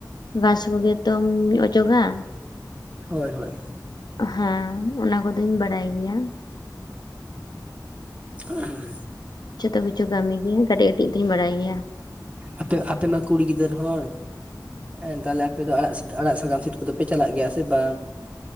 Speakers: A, on the left; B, on the right.
A: ᱜᱷᱟᱥ ᱠᱚᱜᱮ ᱛᱚᱢ ᱚᱪᱚᱜᱟ
B: ᱦᱳᱭ ᱦᱳᱭ
A: ᱦᱮᱸ ᱚᱱᱟ ᱠᱚᱫᱚᱧ ᱵᱟᱲᱟᱭ ᱜᱮᱭᱟ
B: ᱦᱮᱸ <unintelligible>
A: ᱡᱷᱚᱛᱚ ᱠᱤᱪᱷᱩ ᱠᱟᱹᱢᱤ ᱜᱮ ᱠᱟᱹᱴᱤᱡ ᱠᱟᱹᱴᱤᱡ ᱫᱩᱧ ᱵᱟᱲᱟᱭ ᱜᱮᱭᱟ
B: ᱟᱯᱮ ᱟᱯᱮ ᱢᱟ ᱠᱩᱲᱤ ᱜᱤᱫᱟᱹᱨ ᱦᱚᱲ ᱦᱮᱸ ᱛᱟᱦᱞᱮ ᱟᱯᱮ ᱫᱚ ᱟᱲᱟᱜ ᱟᱲᱟᱜ ᱥᱟᱠᱟᱢ ᱥᱤᱫ ᱠᱚᱫᱚᱯᱮ ᱪᱟᱞᱟᱜ ᱜᱮᱭᱟ ᱥᱮ ᱵᱟᱝ